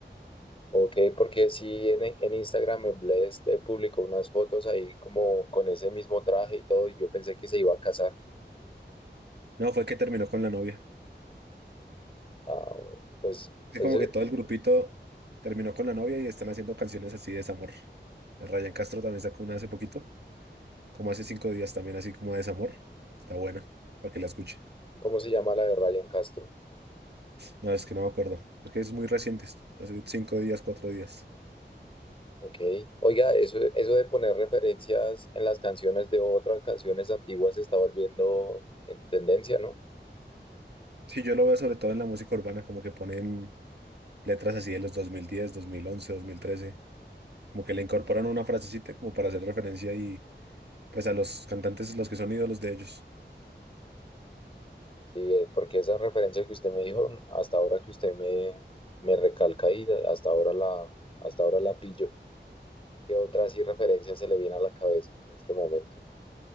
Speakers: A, on the left; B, on the right.
A: Ok, porque sí en, en Instagram Blessed eh, publicó unas fotos ahí como con ese mismo traje y todo, y yo pensé que se iba a casar.
B: No, fue que terminó con la novia.
A: Ah, bueno, pues
B: Es
A: eso,
B: como que todo el grupito terminó con la novia y están haciendo canciones así de desamor. El Ryan Castro también sacó una hace poquito como hace cinco días también, así como de Desamor. Está buena, para que la escuche.
A: ¿Cómo se llama la de Ryan Castro?
B: No, es que no me acuerdo, porque es muy reciente, es- hace cinco días, cuatro días.
A: Ok. Oiga, eso, eso de poner referencias en las canciones de otras canciones antiguas se está volviendo en tendencia, ¿no?
B: Sí, yo lo veo sobre todo en la música urbana, como que ponen letras así de los dos dos mil mil diez dos mil once dos mil trece como que le incorporan una frasecita como para hacer referencia y pues a los cantantes, los que son ídolos de ellos.
A: Sí, eh, porque esa referencia que usted me dijo, hasta ahora que usted me, me recalca y hasta ahora la, hasta ahora la pillo. ¿Qué otra así referencia se le viene a la cabeza en este momento?